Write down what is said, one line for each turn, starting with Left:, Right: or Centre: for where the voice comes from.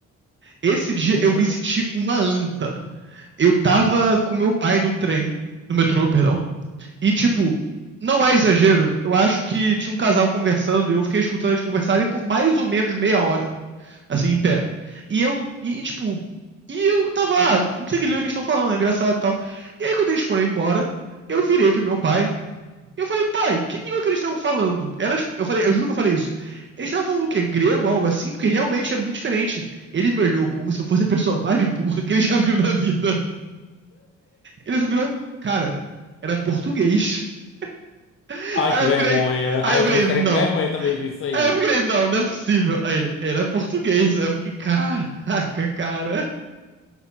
Right: Esse dia
Left: Uhum.
Right: eu me senti uma anta. Eu tava com meu pai no trem, no metrô, perdão, e tipo, não é exagero, eu acho que tinha um casal conversando e eu fiquei escutando eles conversarem por mais ou menos meia hora, assim, em pé. E eu, e, e, tipo, e eu tava, ah, não sei o que eles estão falando, é engraçado e tal. E aí quando eles foram embora, eu virei pro meu pai eu falei, pai, que língua que eles estavam falando? Era, tipo- eu falei, eu juro que eu falei isso. Eles estavam falando o quê? Grego, algo assim? Porque realmente é muito diferente. Ele me olhou como se eu fosse a pessoa mais burra que ele já viu na vida. Ele só virou, cara, era português. <laughs>
Left: Ai,
Right: Aí
Left: que
Right: eu
Left: vergonha.
Right: virei, aí
Left: Ai,
Right: eu
Left: eu
Right: virei,
Left: também ficaria
Right: não.
Left: com vergonha também, viu isso aí.
Right: Aí eu virei, não, não é possível. Aí ele, era português. Aí eu fiquei, caraca, cara.